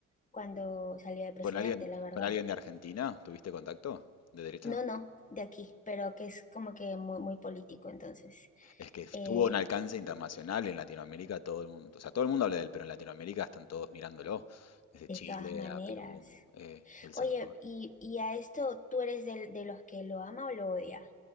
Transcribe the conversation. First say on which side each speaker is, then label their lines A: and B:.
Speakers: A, on the left; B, on the left.
A: cuando salió de presidente,
B: ¿Con alguien,
A: la verdad.
B: con alguien de Argentina? ¿Tuviste contacto? ¿De derecha?
A: No, no, de aquí, pero que es como que muy, muy político, entonces,
B: Es que
A: eh,
B: tuvo un alcance internacional en Latinoamérica, todo el mundo, o sea, todo el mundo habla de él, pero en Latinoamérica están todos mirándolo, desde
A: de
B: Chile
A: todas maneras.
B: a Perú, eh, El Salvador.
A: Oye, y, y a esto, ¿tú eres del- de los que lo ama o lo odia?